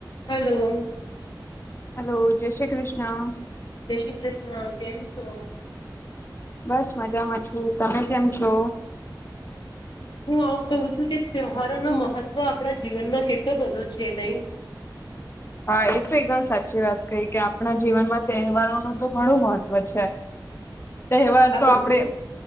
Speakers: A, on the left; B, on the left.
A: Hello.
B: Hello જય શ્રી કૃષ્ણ.
A: જય શ્રી કૃષ્ણ કેમ છો
B: બસ મજામાં છું. તમે કેમ છો?
A: હું આવું કહું છું કે તહેવારો નો મહત્વ આપણા જીવનમાં કેટલો બધો છે નહી?
B: હા એ તો એકદમ સાચી વાત કહી, કે આપણા જીવનમાં તહેવારોનું તો ઘણું મહત્વ છે. તહેવાર
A: આપણે
B: તો આપડે